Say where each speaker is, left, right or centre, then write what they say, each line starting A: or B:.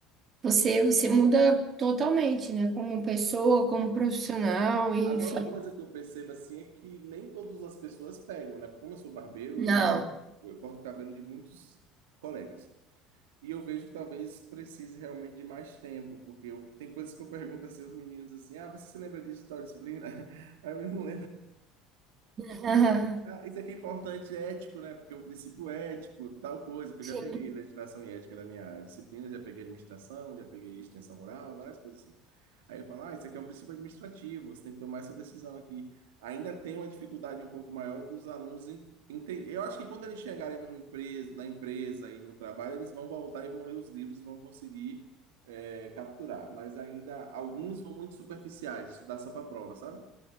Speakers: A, on the right (about 35°); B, on the right (about 70°).
A: você, você muda totalmente, né? Como pessoa, como profissional, e
B: Agora,
A: enfim.
B: uma coisa que eu percebo assim é que nem todas as pessoas pegam, né? Como eu sou barbeiro,
A: Não.
B: eu lido com, eu corto o cabelo de muitos colegas. E eu vejo que talvez precise realmente de mais tempo, porque eu, tem coisas que eu pergunto assim aos meninos assim: ah, você se lembra disso, tal disciplina? <laughs> Aí eu não
A: <laughs>
B: Ah, isso aqui é importante, é ético, né? Porque o princípio ético, tal coisa, que
A: Sim.
B: eu já peguei legislação e ética da minha disciplina, já peguei administração, já peguei extensão rural, várias coisas assim. Aí eu falo, ah, isso aqui é um princípio administrativo, você tem que tomar essa decisão aqui. Ainda tem uma dificuldade um pouco maior dos alunos em entender. Eu acho que quando eles chegarem numa empresa, na empresa e no trabalho, eles vão voltar e vão ler os livros e vão conseguir eh, capturar. Mas ainda, alguns vão muito superficiais, estudar só para prova, sabe?